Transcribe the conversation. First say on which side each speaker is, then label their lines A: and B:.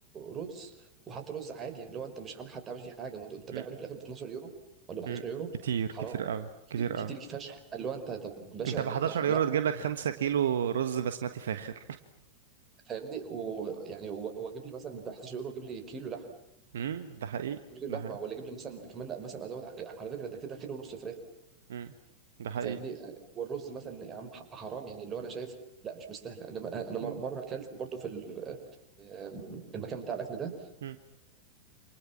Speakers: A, on the right (about 25°); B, on the right (about 60°).
A: رز وحتى رز عادي يعني لو انت مش عامل حتى عامل فيه حاجه وانت انت
B: مم.
A: بايعه لي في الاخر ب 12 يورو ولا ب 11
B: مم.
A: يورو
B: كتير
A: حرام
B: كتير قوي
A: كتير
B: كتير
A: كتير
B: قوي
A: فشخ قال له انت طب باشا
B: انت ب 11
A: انت
B: يورو
A: لا
B: تجيب لك 5 كيلو رز بسمتي فاخر
A: فاهمني ويعني هو هو جيب لي مثلا ب 11 يورو جيب لي كيلو لحمه
B: <laughs> مم. ده حقيقي
A: جيب لي كيلو
B: ده
A: لحمه
B: حقيقي
A: ولا جيب لي مثلا كمان مثلا ازود ع- على فكره ده كده كيلو ونص فراخ
B: مم. ده حقيقي
A: فاهمني والرز مثلا يا عم ح- حرام يعني اللي هو انا شايف لا مش مستاهله انا انا مره
B: مم.
A: مره اكلت برضو في ال- في المكان بتاع الاكل ده
B: مم.